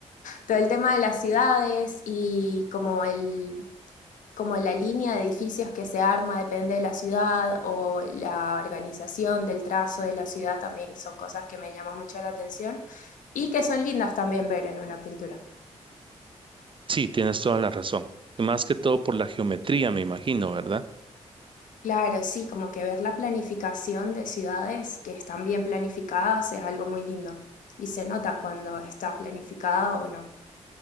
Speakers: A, on the left; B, on the right.
A: todo el tema de las ciudades y como el, como la línea de edificios que se arma depende de la ciudad o la organización del trazo de la ciudad también son cosas que me llaman mucho la atención y que son lindas también ver en una pintura.
B: Sí, tienes toda la razón. Más que todo por la geometría, me imagino, ¿verdad?
A: Claro, sí, como que ver la planificación de ciudades que están bien planificadas es algo muy lindo y se nota cuando está planificada o no.